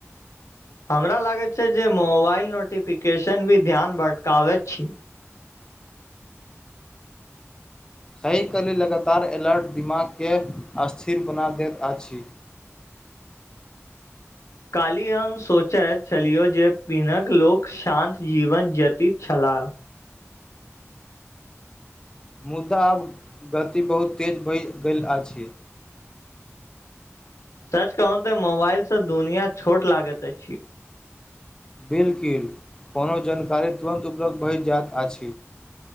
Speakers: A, on the left; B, on the left.
A: हमरा लागैत छै जे मोबाइल नोटिफिकेशन भी ध्यान भटकाबैत छ
B: सही कली लगातार अलर्ट दिमागके स्थिर बना दैत अछ
A: काल्हि हम सोचैत छलियौ जे पिनक लोक शान्त जीवन ज्यतित छला
B: मुदा आब गति बहुत तेज भए गेल अछ
A: सच कहू ते मोबाइल से दुनिया छोट लागैत अछ
B: बिलकुल कोनो जानकारी तुरन्त उपलब्ध भऽ जायइत अछ